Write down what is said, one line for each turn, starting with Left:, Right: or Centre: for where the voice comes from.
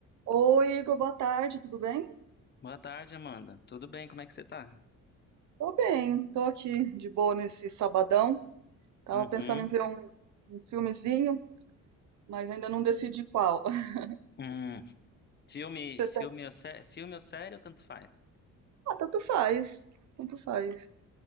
Right: Oi, Igor, boa tarde, tudo bem?
Left: Boa tarde, Amanda. Tudo bem? Como é que você tá?
Right: Tô bem, tô aqui de boa nesse sabadão. Tava
Left: Uhum.
Right: pensando em ver um filmezinho, mas ainda não decidi qual. <laughs>
Left: Hum. Filme,
Right: Você
Left: filme
Right: tá...
Left: ou, sé... filme ou série, tanto faz.
Right: Ah, tanto faz, tanto faz.